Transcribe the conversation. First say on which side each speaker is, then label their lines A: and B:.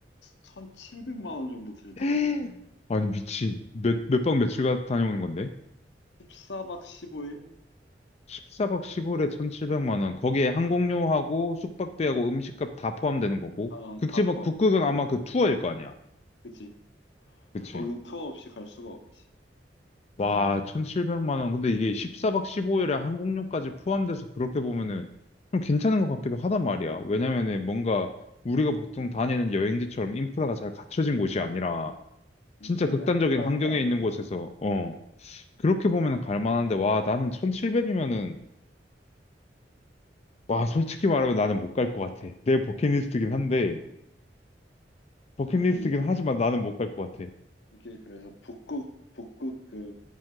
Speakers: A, on the left; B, on the left.
A: 1,700만 원 정도 들더라고.
B: <laughs> 아니 미친 몇 몇 박 며칠 가 다녀오는 건데?
A: 14박 15일?
B: 14박 15일에 1,700만 원. 거기에
A: 어,
B: 항공료하고 숙박비하고 음식값 다 포함되는 거고.
A: 어,
B: 극지박
A: 다 포함.
B: 북극은 아마 그 투어일 거 아니야.
A: 그치?
B: 그치?
A: 거긴 투어 없이 갈 수가 없지.
B: 와, 1,700만 원. 근데 이게 14박 15일에 항공료까지 포함돼서 그렇게 보면은 좀 괜찮은 것 같기도 하단 말이야. 왜냐면은 뭔가 우리가 보통 다니는 여행지처럼 인프라가 잘 갖춰진 곳이 아니라
A: 인생에
B: 진짜 극단적인
A: 한 번
B: 환경에
A: 가는
B: 있는
A: 거잖아.
B: 곳에서 어, 그렇게 보면 갈 만한데 와, 나는 1,700이면은 와, 솔직히 말하면 나는 못 갈 것 같아. 내 버킷리스트긴 한데 버킷리스트긴
A: 근데 이-
B: 하지만 나는 못 갈 것 같아.
A: 이게 그래서 북극, 북극 그